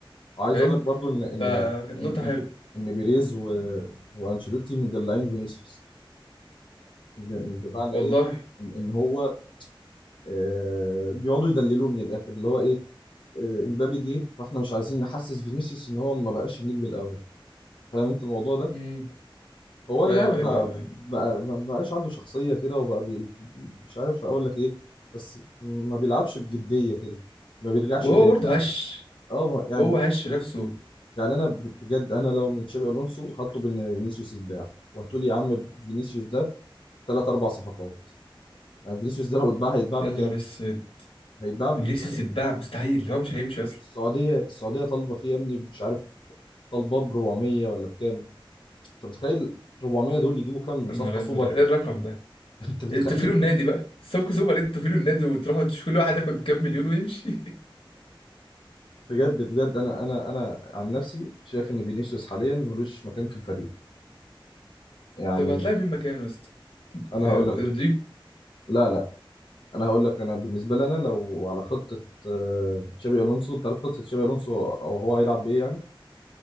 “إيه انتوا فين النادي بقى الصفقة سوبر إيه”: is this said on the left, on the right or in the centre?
Left